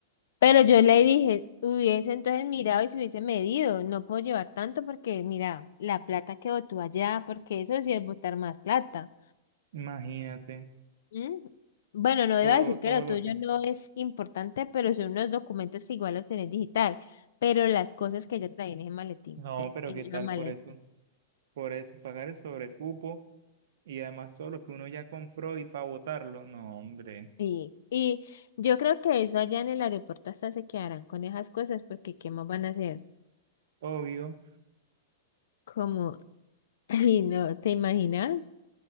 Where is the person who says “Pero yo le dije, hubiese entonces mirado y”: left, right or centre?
Left